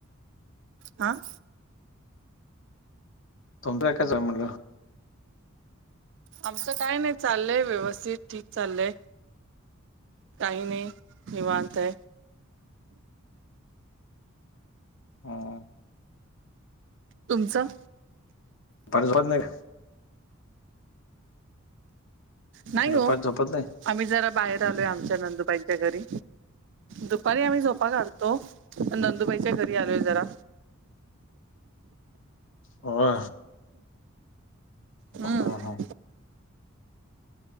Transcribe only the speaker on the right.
आां.
आमचं काय नाही चाललंय व्यवस्थित ठीक चाललंय. काहीने निवाांत आहे.
तुमचं.
नाही
हो
आम्ही जरा बाहेर आलोय आमच्या नंदुबाईंच्या घरी. दुपारी आम्ही सोपा घालतो नंदुबाईच्या घरी आलोय जरा.
हम्म